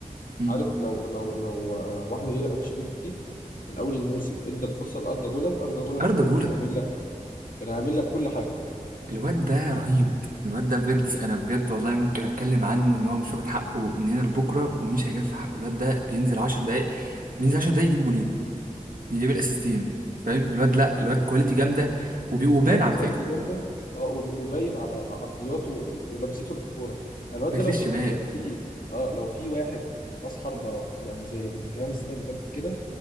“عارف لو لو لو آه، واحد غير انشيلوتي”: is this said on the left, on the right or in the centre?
Left